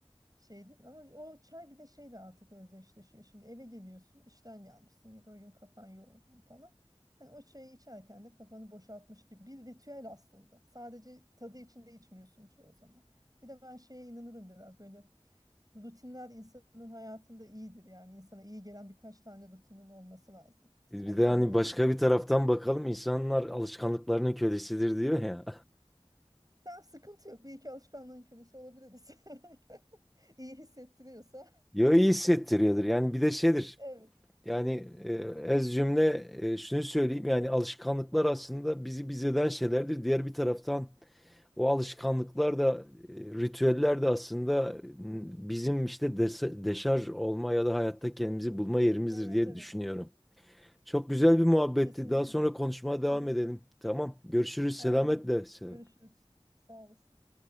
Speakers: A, on the right; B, in the centre.
A: Şey değil ama o çay bir de şeyle artık özdeşleşiyor. Şimdi eve geliyorsun, işten gelmişsin ya da o gün kafan yoğun falan. Hani o çayı içerken de kafanı boşaltmış gibi bir ritüel aslında. Sadece tadı için de içmiyorsun çoğu zaman. Bir de ben şeye inanırım biraz böyle rutinler insanın hayatında iyidir. Yani insana iyi gelen birkaç tane rutinin olması lazım. Mesela
B: Bir
A: akşam
B: de hani
A: eve
B: başka
A: gelip
B: bir
A: işte.
B: taraftan bakalım insanlar alışkanlıklarının kölesidir diyor ya.
A: Tamam sıkıntı yok. Bir iki alışkanlığın kölesi olabiliriz. <laughs> İyi hissettiriyorsa.
B: <laughs> Yo iyi hissettiriyordur. Yani bir de şeydir.
A: Evet.
B: Yani e, ez cümle e, şunu söyleyeyim yani alışkanlıklar aslında bizi biz eden şeylerdir. Diğer bir taraftan o alışkanlıklar da e, ritüeller de aslında m, bizim işte dese- deşarj olma ya da hayatta kendimizi bulma yerimizdir
A: Evet
B: diye
A: evet.
B: düşünüyorum. Çok güzel bir muhabbetti.
A: Kesinlikle.
B: Daha sonra konuşmaya
A: Katılıyorum.
B: devam edelim. Tamam. Görüşürüz.
A: Aynen.
B: Selametle.
A: Görüşürüz. Sağ olasın.